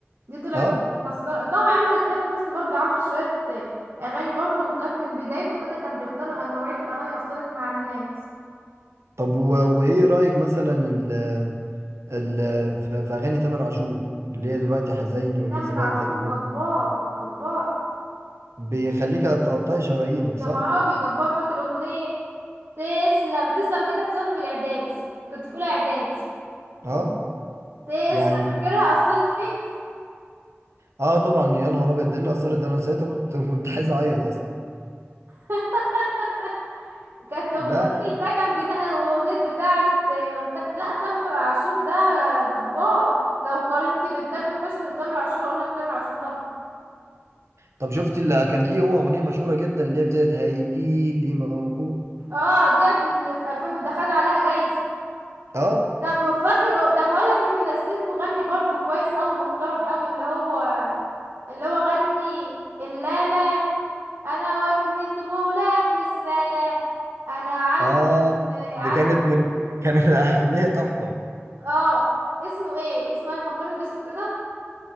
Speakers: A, on the right; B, on the right.
A: دي طلعت
B: اه
A: مكسره ده عمل تامر حسني برضو عمل شويه اغاني برضو وكانت من بدايته كده كان بيختار ان نوعيه الاغاني اثرت مع الناس
B: طب و... وايه رايك مثلا ال... ال... في في اغاني تامر عاشور اللي هي دلوقتي حزيني والناس
A: تامر
B: بقت
A: عاشور
B: أغلبها-
A: جبار جبار
B: بيخليك تقطعي شرايينك
A: يا
B: صح
A: خرابي جبار فاكر اغنيه تسلم تسلم دي كانت وانا في الاعداد كنت في اولى اعداد
B: اه
A: تسلم
B: يعني
A: فاكرها اثرت فيك
B: اه طبعا يا نهار ابيض ده اللي اثرت ده انا ساعتها كنت <laughs> كنت عايز اعيط اصلا
A: <laughs> كانت أغ-
B: لا
A: الراجل ده كان بينقي الاغنيه بتاعه آه، وكان... لا تامر حو- عاشور ده جبار لو قارنت بين تامر حسني وتامر عاشور اقول لك تامر عاشور طبعا
B: طب شفت اللي كان ليه هو اغنيه مشهوره جدا اللي هي بتاعت هيجي لي موجود
A: اه ديت اللي في 2000 ده خد عليها جايزه
B: اه
A: طب فاكر طب هقول لك احنا ناسيين مغني برضو كويس قوي محترم قوي اللي هو اللي هو غني اللي انا انا واجهة غلاة في السنة انا عندي
B: اه
A: ال- عندي
B: دي كانت من كانت <laughs> اغنيه تحفه
A: اه اسمه ايه اسمه انا فكرت باسمه كده